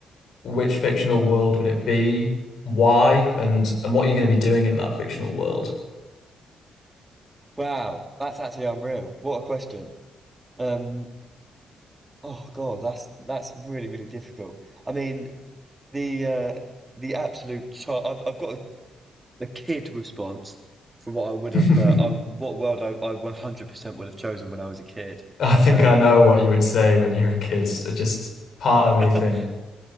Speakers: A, on the left; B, on the right.
A: which fictional world would it be? Why? And and what are you going to be doing in that fictional world?
B: Wow, that's actually unreal. What a question. Um, oh God, that's that's really really difficult. I mean, the uh, the absolute char I've I've got a, a kid response for what I would
A: <laughs>
B: have uh, I what world I, I 100% would have chosen when I was a kid.
A: I think
B: Um,
A: I know what you would say when you're a kid. It Just part of me
B: <laughs>
A: think,